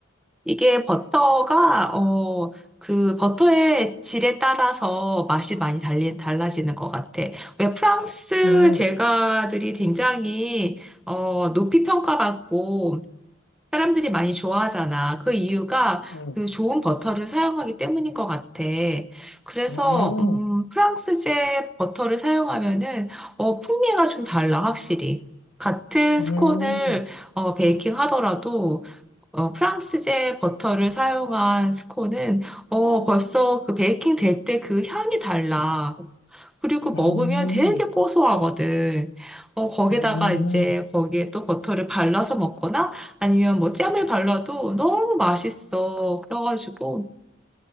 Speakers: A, in the centre; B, on the left.
A: 이게 버터가, 어, 그 버터의 질에 따라서 맛이 많이 달리, 달라지는 것 같아. 왜 프랑스
B: 음,
A: 제과들이 굉장히, 어, 높이 평가받고 사람들이 많이 좋아하잖아. 그 이유가
B: 음,
A: 그 좋은 버터를 사용하기 때문인 것 같아. 그래서,
B: 음,
A: 음, 프랑스제 버터를 사용하면은, 어, 풍미가 좀 달라, 확실히. 같은
B: 음,
A: 스콘을, 어, 베이킹 하더라도, 어, 프랑스제 버터를 사용한 스콘은 어, 벌써 그 베이킹 될 때 그 향이 달라. 그리고 먹으면
B: 음,
A: 되게 고소하거든. 어, 거기다가
B: 음.
A: 이제 거기에 또 버터를 발라서 먹거나 아니면 뭐 잼을 발라도 너무 맛있어. 그래가지고